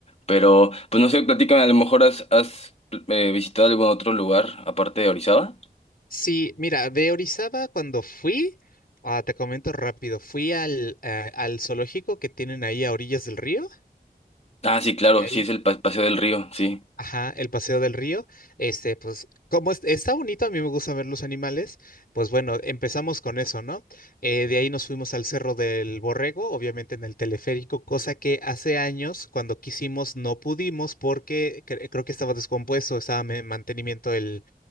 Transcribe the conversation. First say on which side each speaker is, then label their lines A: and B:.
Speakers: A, on the left; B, on the left.
A: Pero, pues no sé, platícame, a lo mejor has, has eh, visitado algún otro lugar aparte de Orizaba.
B: Sí, mira, de Orizaba cuando fui, ah, te comento rápido, fui al, eh, al zoológico que tienen ahí a orillas del río,
A: Ah, sí, claro,
B: de ahí,
A: sí, es el pa- Paseo del Río, sí.
B: ajá, el paseo del río, este, pues como es- está bonito, a mí me gusta ver los animales, pues bueno, empezamos con eso, ¿no? Eh, de ahí nos fuimos al Cerro del Borrego, obviamente en el teleférico, cosa que hace años cuando quisimos no pudimos porque cre- creo que estaba descompuesto, estaba en mantenimiento el,